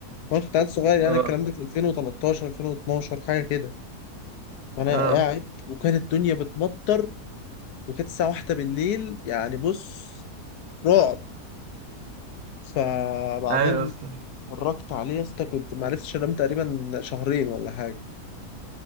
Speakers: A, on the left (about 75°); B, on the right (about 70°).
A: وانا كنت قاعد صغير يعني
B: اه
A: الكلام ده في 2013 2012 حاجه كده وانا
B: اه
A: قاعد وكانت الدنيا بتمطر وكانت الساعه واحدة بالليل يعني بص رعب فبعدين
B: أيوة أصلا
A: اتفرجت عليه يا اسطى كنت ما عرفتش انام تقريبا شهرين ولا حاجه